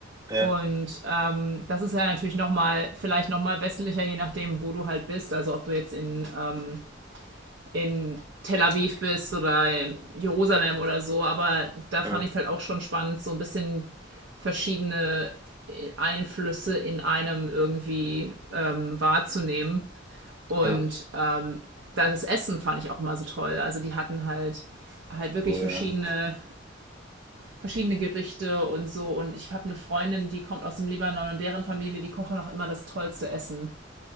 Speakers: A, on the right; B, on the right.
A: Ja,
B: Und ähm, das ist ja natürlich nochmal, vielleicht nochmal westlicher, je nachdem, wo du halt bist. Also ob du jetzt in, ähm, in Tel Aviv bist oder in Jerusalem oder so. Aber da
A: ja,
B: fand ich es halt auch schon spannend, so ein bisschen verschiedene äh, Einflüsse in einem irgendwie ähm, wahrzunehmen. Und
A: ja.
B: ähm, das Essen fand ich auch immer so toll. Also die hatten halt halt wirklich
A: Oh
B: verschiedene
A: ja.
B: verschiedene Gerichte und so. Und ich habe eine Freundin, die kommt aus dem Libanon und deren Familie, die kochen auch immer das tollste Essen.